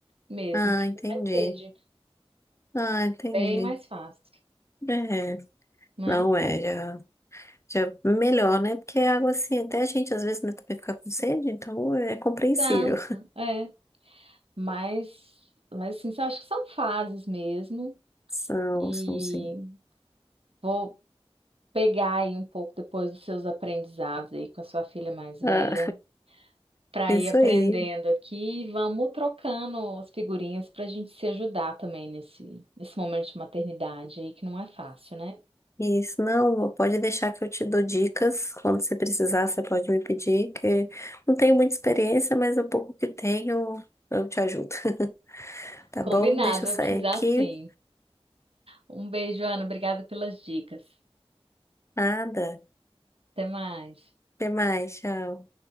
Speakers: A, on the right; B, on the left.
A: mesmo,
B: Ah,
A: tipo
B: entendi.
A: mais sede,
B: Ah, entendi.
A: bem mais fácil,
B: É.
A: né?
B: Não é, já. Já é melhor, né? Porque a água, assim, até a gente às vezes né, também fica com sede, então é compreensível.
A: Exato, é. Mas, mas assim, eu acho que são fases mesmo.
B: São,
A: E
B: são sim.
A: vou pegar aí um pouco depois dos seus aprendizados aí com a sua filha mais velha,
B: Ah,
A: para
B: isso
A: ir aprendendo
B: aí.
A: aqui e vamos trocando as figurinhas para a gente se ajudar também nesse, nesse momento de maternidade aí, que não é fácil, né?
B: Isso, não, pode deixar que eu te dou dicas. Quando você precisar, você pode me pedir, que não tenho muita experiência, mas o pouco que tenho, eu te ajudo. <laughs> Tá
A: Combinado,
B: bom? Deixa
A: vai
B: eu sair
A: precisar
B: aqui.
A: sim. Um beijo, Ana. Obrigada pelas dicas.
B: Nada.
A: Até mais.
B: Até mais, tchau.